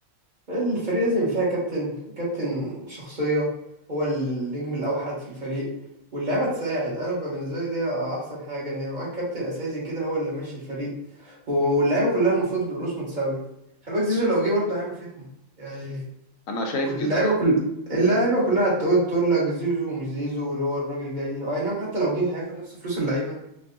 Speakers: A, on the right; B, on the left.
A: الفريق لازم يبقى فيها كابتن كابتن شخصية هو النجم الأوحد في الفريق واللعيبة تساعد أنا بقى بالنسبة لي دي أحسن حاجة إن يبقى معاك كابتن أساسي كده هو اللي ماشي الفريق واللعيبة كلها المفروض رؤوس متساوية خلي بالك زيزو لو جه برضه هيعمل فتنة يعني
B: انا شايف
A: كل
B: كده
A: اللعيبة كل اللعيبة كلها هتقول تقول لك زيزو مش زيزو اللي هو الراجل جاي أي نعم حتى لو جه هياخد نفس فلوس اللعيبة